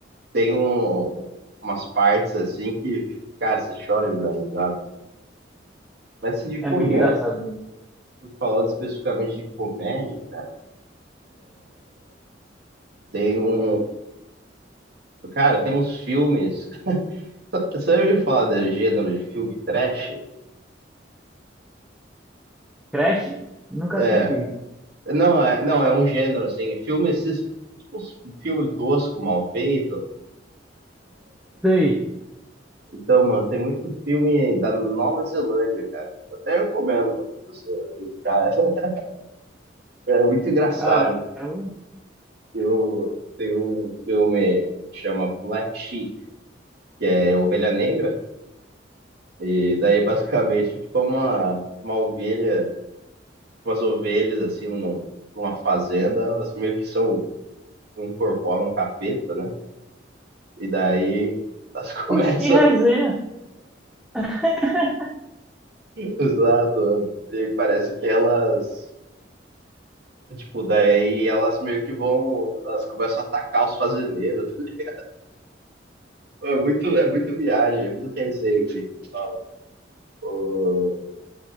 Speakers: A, on the right (about 60°); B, in the centre.
A: tem um, umas partes assim que, cara, você chora de dar risada. Mas assim, de
B: É
A: comédia,
B: muito engraçado mesmo.
A: falando especificamente de comédia, né, tem um. Cara, tem uns filmes. <laughs> Você já ouviu falar do gênero de filme trash?
B: Crash? Nunca
A: É.
B: assisti.
A: Não, é, não, é um gênero assim. é Filme, esses. Tipo, filme tosco, mal feito.
B: Sei.
A: Então, mano, tem muito filme da Nova Zelândia, cara. Até recomendo, mano, pra você buscar. <laughs> É muito engraçado,
B: Cara, eu...
A: Eu tenho um filme que chama Black Sheep, é Ovelha Negra, e daí basicamente tipo uma, uma ovelha, umas ovelhas assim num- numa fazenda, elas meio que são, incorporam um capeta, né? E daí elas <laughs> começam.
B: Oxe, que resenha. <laughs>
A: Exato. E parece que elas. Tipo, daí elas meio que vão. Elas começam a atacar os fazendeiros. <laughs> É muito, é muito viagem, é muito resenha, assim, que eles falam. O-